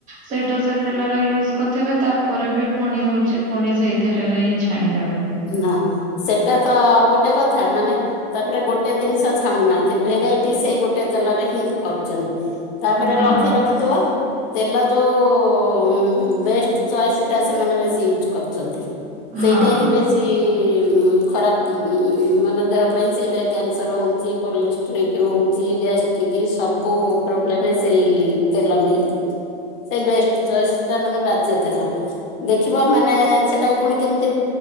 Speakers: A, on the right (about 25°); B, on the left (about 65°).
A: ସେଇଟା ସେ ତେଲର ୟୁଜ କରିଥିବେ ତାପରେ ବି ପୁଣି ହୋଉଚି ଫୁଣି ସେଇଥିରେରେ ହିଁ ଛାଣିଦେବେ।
B: ନା ସେଟା ତ ଗୋଟେ କଥା ମାନେ ତାପରେ ଗୋଟେ ଦିନଷ ଛାଣୁନାହାନ୍ତି ଭେରାଇଟି ସେଇ ଗୋଟେ ତେଲରେ ହିଁ କରୁଚନ୍ତି। ତାପରେ
A: ହଁ
B: ଲକ୍ଷ୍ୟ ରଖିଥିବ ତେଲ ଯୋଉ ବେଷ୍ଟ ଚଏସ୍ ସେଟା ସେମାନେ ବେଶ ୟୁଜ୍। କରୁଚନ୍ତି ସେଇଟା
A: ହଁ
B: ହିଁ ବେଶୀ ଉଁ ଖରାପ ଉଁ ମାନେ ଦେହ ପାଇଁ ସେଇଟା କ୍ୟାନସର ହୋଉଚି କୋଲେଷ୍ଟ୍ରିକ ହୋଉ। ସି ଗ୍ୟାସ ଟିକି ସବୁ ପ୍ରୋବ୍ଲେମ ସେଇ ତେଲ ନେଇ ସେ ବେଷ୍ଟ ଚଚସଟା ମାନେ ବାଜ୍ୟେ ତେଲ ଦେଖିବ ମାନେ ସେଟାକୁ ପୁଣି କେମତି